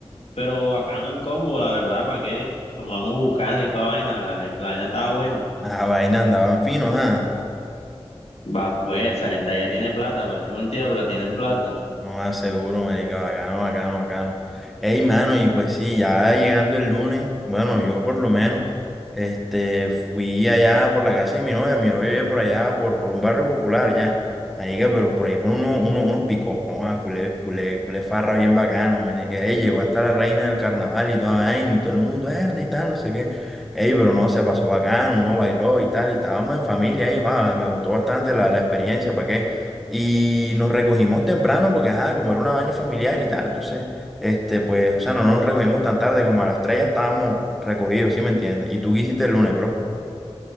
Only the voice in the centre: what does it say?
Ah, vaina, andaban finos, ah.
No, ah, seguro, marica, bacano, bacano, bacano. Ey, mano, y pues sí, ya llegando el lunes, bueno, yo por lo menos, este, fui allá por la casa de mi novia, mi novia vive por allá, por, por un barrio popular, ya. Marica, pero por ahí por uno, uno, unos picos, ah, culé, culé, culé farra bien bacana, marica. Ey, llegó hasta la reina del carnaval y toda vaina, y todo el mundo, verde y tal, no sé qué. Ey, pero no, se pasó bacano, uno bailó y tal, y estábamos en familia, ey, ah, me gustó bastante la, la experiencia, ¿para qué? Y nos recogimos temprano porque, ajá, como era una vaina familiar y tal, entonces, este, pues, o sea, no nos recogimos tan tarde como a las 3 ya estábamos recogidos, ¿sí me entiendes? ¿Y tú qué hiciste el lunes, bro?